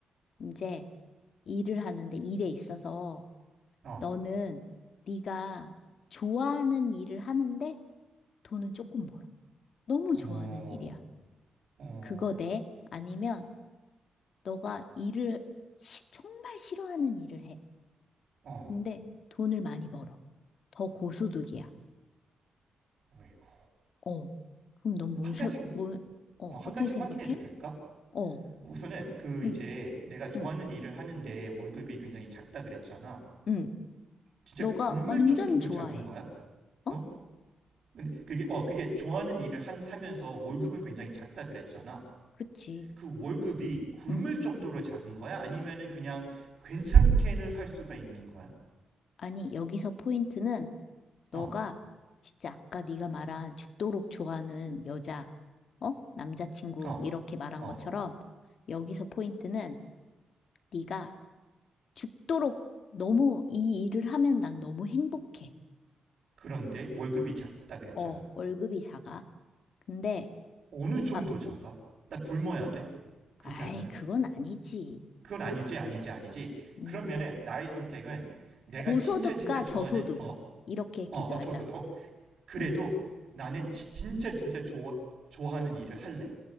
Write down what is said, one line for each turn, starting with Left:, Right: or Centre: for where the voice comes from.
Left: 이제 일을 하는데 일에 있어서
Right: 어,
Left: 너는 네가 좋아하는 일을 하는데 돈은 조금 벌어. 너무
Right: 어,
Left: 좋아하는 일이야.
Right: 어,
Left: 그거 돼? 아니면 너가 일을 시- 정말 싫어하는 일을 해.
Right: 어.
Left: 근데 돈을 많이 벌어. 더 고소득이야.
Right: 어이구.
Left: 어. 그럼 넌 뭘,
Right: 한
Left: 서-
Right: 가지 우-
Left: 뭘, 어,
Right: 어, 한
Left: 어떻게
Right: 가지
Left: 생각해?
Right: 확인해도 될까?
Left: 어.
Right: 우선은 그
Left: 응,
Right: 이제 내가 좋아하는
Left: 응,
Right: 일을 하는데 월급이 굉장히 작다 그랬잖아.
Left: 응.
Right: 진짜
Left: 너가
Right: 굶을
Left: 완전
Right: 정도로
Left: 좋아해.
Right: 작은 거야?
Left: 어?
Right: 어? 근데 그게 어 그게 좋아하는 일을 한, 하면서 월급은 굉장히 작다 그랬잖아.
Left: 그치.
Right: 그 월급이 굶을
Left: 응.
Right: 정도로 작은 거야? 아니면은 그냥 괜찮게는 살 수가 있는 거야?
Left: 아니, 여기서 포인트는 너가
Right: 어,
Left: 진짜 아까 네가 말한 죽도록 좋아하는 여자, 어? 남자친구
Right: 어,
Left: 이렇게 말한
Right: 어.
Left: 것처럼 여기서 포인트는 네가 죽도록 너무 이 일을 하면 난 너무 행복해.
Right: 그런데 월급이 작다 그랬잖아.
Left: 어, 월급이 작아. 근데
Right: 어느 정도
Left: 아,
Right: 작아? 나 굶어야 돼? 그렇게
Left: 아이,
Right: 하면은?
Left: 그건 아니지.
Right: 그건 아니지, 아니지, 아니지.
Left: 음.
Right: 그러면은 나의 선택은 내가
Left: 고소득과
Right: 진짜 진짜 좋아하는
Left: 저소득
Right: 어,
Left: 이렇게
Right: 어,
Left: 비교하자.
Right: 어, 조선. 어, 그래도
Left: 음.
Right: 나는 지- 진짜 진짜 좋아, 좋아하는 일을 할래.